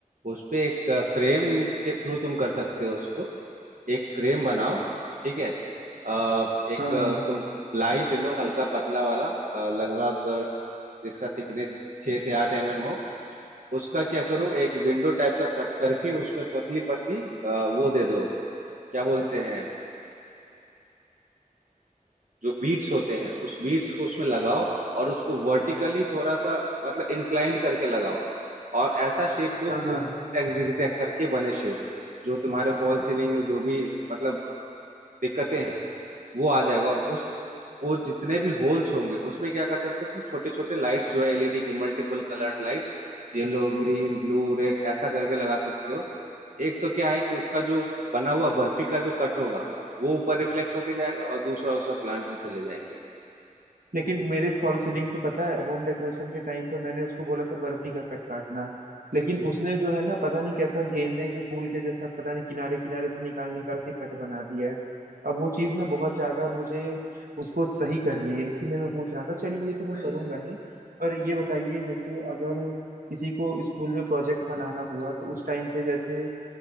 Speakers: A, on the right; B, on the right.
A: उस पे एक फ्रेम के थ्रू तुम कर सकते हो उसको एक फ्रेम बनाओ ठीक है आ, एक
B: हाँ हाँ
A: अ, तुम प्लाई ले लो हल्का पतला वाला अ, लगभग अ, जिसका थिकनेस छः से आठ एम एम हो उसका क्या करो एक विंडो टाइप का कट करके उसमें पतली पतली अ, वो दे दो क्या बोलते हैं जो बीट्स होते हैं उस बीट्स को उसमें लगाओ और उसको वर्टिकली थोड़ा सा मतलब इंक्लाइन करके लगाओ और ऐसा शेप दो
B: हाँ
A: कि
B: हाँ
A: वो zigzag zigzag करके बने शेप जो तुम्हारे फॉल सीलिंग में जो भी मतलब दिक्कतें हैं वो आ जाएगा और उस वो जितने भी होल्स होंगे उसमें क्या कर सकते हो तुम छोटे छोटे लाइट्स जो है एलईडी के multiple coloured light yellow green blue red ऐसा करके लगा सकते हो एक तो क्या है कि उसका जो बना हुआ बर्फी का जो कट होगा वो ऊपर रिफ्लेक्ट होके जाएगा और दूसरा उसमें प्लांट भी चले जाएंगे
B: लेकिन मेरे फॉल सीलिंग पे पता है होम डेकोरेशन के टाइम पे मैंने उसको बोला था बर्फी का कट काटना लेकिन उसने जो है ना पता नहीं कैसा गेंदे के फूल के जैसा पता नहीं किनारे किनारे से निकाल निकाल के कट बना दिया है अब वो चीज
A: तो
B: ना बहुत ज्यादा मुझे उसको सही करनी है इसीलिए मैं पूछ रहा था चलिए ये तो मैं
A: भाई
B: करूंगा ही पर ये बताइए जैसे अगर किसी को स्कूल में प्रोजेक्ट बनाना हुआ तो उस टाइम पे जैसे